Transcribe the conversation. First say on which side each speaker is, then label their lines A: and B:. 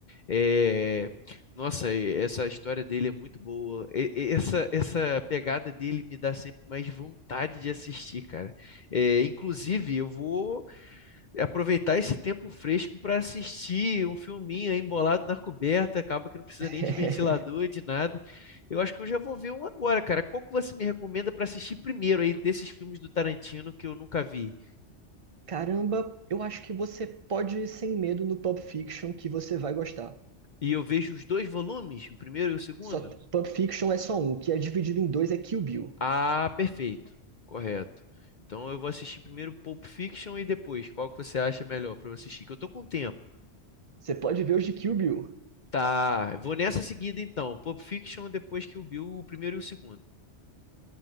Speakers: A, on the left; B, on the right.
A: É, nossa, e- essa história dele é muito boa. E- e- Essa, essa pegada dele me dá sempre mais vontade de assistir, cara. É, inclusive, eu vou aproveitar esse tempo fresco para assistir um filminho aí embolado na coberta. Acaba que não precisa
B: <laughs>
A: nem de ventilador, de nada. Eu acho que eu já vou ver um agora, cara. Qual que você me recomenda para assistir primeiro aí desses filmes do Tarantino que eu nunca vi?
B: Caramba, eu acho que você pode ir sem medo no Pulp Fiction que você vai gostar.
A: E eu vejo os dois volumes, o primeiro e o segundo?
B: Só Pulp Fiction é só um, o que é dividido em dois é Kill Bill.
A: Ah, perfeito. Correto. Então eu vou assistir primeiro Pulp Fiction e depois. Qual que você acha melhor pra eu assistir? Que eu tô com tempo.
B: Você pode ver os de Kill Bill.
A: Tá, eu vou nessa seguida então. Pulp Fiction, depois que o Bill, o primeiro e o segundo.